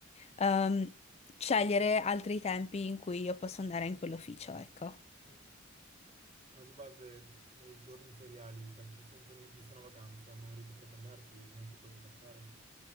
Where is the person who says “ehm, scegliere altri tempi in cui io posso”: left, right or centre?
Left